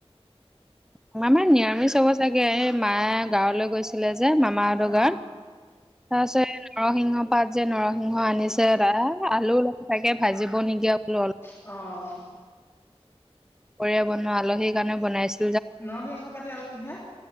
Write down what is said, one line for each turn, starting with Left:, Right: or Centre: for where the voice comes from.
Centre: আমাৰ ম নিৰামিষব চাগে এই মায়ে গাঁৱলৈ গৈছিলে যে মামা মাহ দগাৰ,
Left: অ
Centre: তাৰপিছত নৰসিংহ পাত যে নৰসিংহ আনিছে এদাল আলু অল তাকে ভাজিব নিগিয়া বোলো অলপ।
Left: অ',।
Centre: পৰিয়া বনোৱা আলহীৰ কাৰণেও বনাইছে।
Left: নৰসিংহ পাতি আৰু কিহে